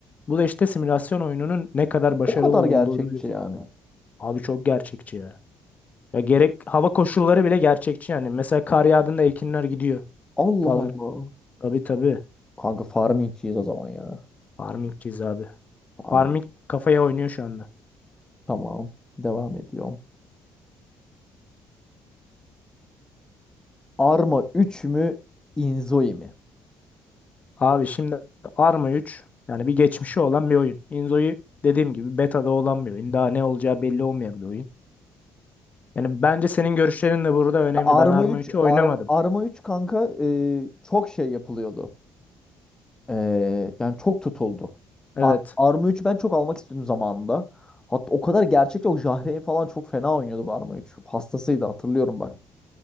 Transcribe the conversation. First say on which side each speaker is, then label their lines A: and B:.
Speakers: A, on the left; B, on the left.
A: bu da işte simülasyon oyununun ne kadar başarılı
B: O kadar
A: olduğunu
B: gerçekçi
A: gösteriyor.
B: yani.
A: Abi çok gerçekçi ya. Ya gerek hava koşulları bile gerçekçi yani. Mesela kar yağdığında ekinler gidiyor
B: Allah
A: falan.
B: Allah.
A: Tabii tabii.
B: Kanka farmingçiyiz o zaman ya.
A: Farmingçiyiz abi.
B: Farm.
A: Farming kafaya oynuyor şu anda.
B: Tamam. Devam ediyorum. Arma üç mü? Inzoi mi?
A: Abi şimdi Arma üç yani bir geçmişi olan bir oyun. Inzo'yu dediğim gibi beta'da olan bir oyun. Daha ne olacağı belli olmayan bir oyun. Yani bence senin görüşlerin de burada önemli.
B: Ya Arma
A: Ben Arma
B: üç,
A: 3'ü oynamadım.
B: Ar- Arma üç kanka e, çok şey yapılıyordu. E, yani çok tutuldu.
A: Evet.
B: Ar- Arma 3 ben çok almak istedim zamanında. Hatta o kadar gerçekten o Jahreyn falan çok fena oynuyordu bu Arma üç. Hastasıydı hatırlıyorum bak.